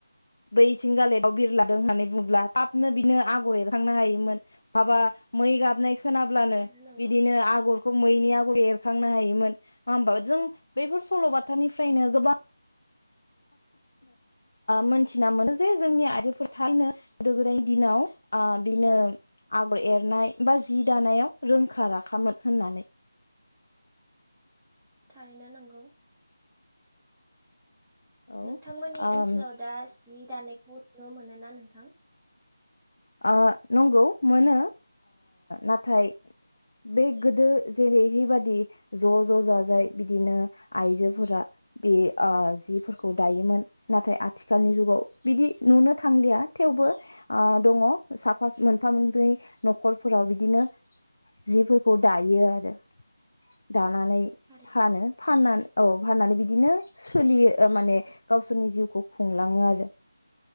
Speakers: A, on the left (about 60°); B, in the centre.
A: बैथिं गालेदाव बिरलादों होननानै बुब्ला थाबनो बिनो आगर एरखांनो हायोमोन माबा मै गाबनायखौ खोनाब्लानो
B: थारैनो नंगौ
A: बिदिनो आगर खौ मैनि आगर एरखांनो हायोमोन होमबा जों बैफोर सल'बाथानिफ्रायनो गोबां मोन थिना मोनो जे जोंनि आइजोफोर थारैनो गोदो गोदायनि दिनाव ओ बिनो आगर एरनाय बा जि दानायाव रोंखा राखामोन होननानै।
B: थारैनो नंगौ
A: औ
B: नोंथांमोननि
A: ओम
B: ओनसोलाव दा जि दानायखौ नुनो मोनो ना नोंथां?
A: ओ नंगौ मोनो नाथाय बे गोदो जेरैहैबादि ज' ज' जाजाय बिदिनो आइजोफोरा बे ओ जिफोरखौ दायोमोन नाथाय आथिखालनि जुगाव बिदि नुनो थांलिया थेवबो ओ दङ साफा मोनफा मोननै न'खरफोराव बिदिनो जिफोरखौ दायो आरो दानानै
B: थारै
A: फानो फाननानै औ फाननानै बिदिनो सोलियो माने गावसोरनि जिउखौ खुंलाङो आरो